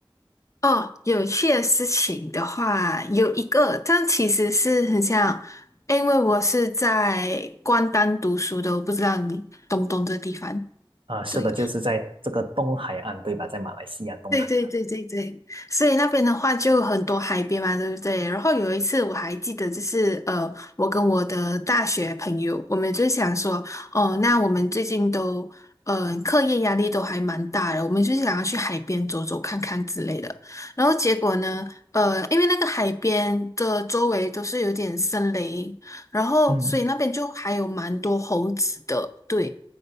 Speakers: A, on the left; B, on the right.
A: 哦，有趣的事情的话，有一个，但其实是很像，因为我是在关丹读书的，我不知道你懂不懂这个地方。
B: 啊，是的，
A: 对。
B: 就是在这个东海岸，对吧？在马来西亚东海岸。
A: 对对对对对，所以那边的话就很多海边嘛，对不对？然后有一次我还记得，就是呃，我跟我的大学朋友，我们就想说，哦，那我们最近都呃课业压力都还蛮大的，我们就想要去海边走走看看之类的。然后结果呢，呃，因为那个海边的周围都是有点森林，然后所以那边就还有蛮多猴子的，
B: 嗯，
A: 对。